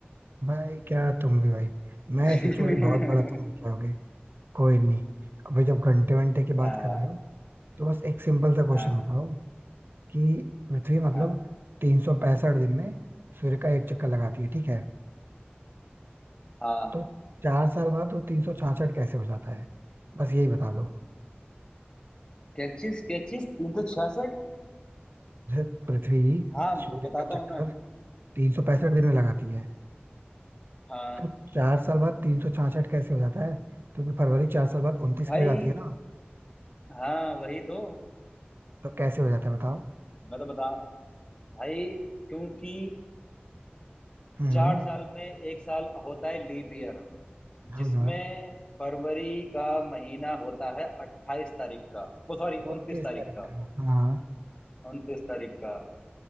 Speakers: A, on the right; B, on the left.
A: भाई क्या तुम भी भाई मैं
B: <laughs>
A: सोचू भाई बहुत बड़ा तुम लेके आओगे कोई नहीं अभी जब घंटे वंटे की बात
B: हाँ
A: कर रहे हो तो बस एक सिंपल सा क्वेश्चन
B: हाँ
A: बताओ कि पृथ्वी मतलब
B: हाँ
A: तीन सौ पैंसठ दिन में सूर्य का एक चक्कर लगाती है ठीक है
B: हाँ
A: तो चार साल बाद वो तीन सौ छाछठ कैसे हो जाता है बस यही बता दो
B: क्या चीज क्या चीज तीन सौ छियासठ
A: जैसे पृथ्वी
B: हाँ
A: सूर्य
B: बताता
A: का चक्कर
B: हूँ ना
A: तीन सौ पैंसठ दिन में लगाती है
B: हाँ
A: तो चार साल बाद तीन सौ छाछठ कैसे हो जाता है क्योंकि फरवरी चार साल बाद उनतीस
B: भाई
A: की हो जाती है ना
B: हाँ वही तो
A: तो कैसे हो जाता है बताओ
B: मैं तो बता भाई क्योंकि
A: हम्म
B: चार साल में एक साल होता है लीप ईयर
A: हाँ
B: जिसमें
A: हाँ
B: फरवरी का महीना होता है अट्ठाईस तारीख का ओ सॉरी
A: उनतीस
B: उनतीस तारीख
A: तारीख
B: का
A: का हाँ
B: उनतीस तारीख का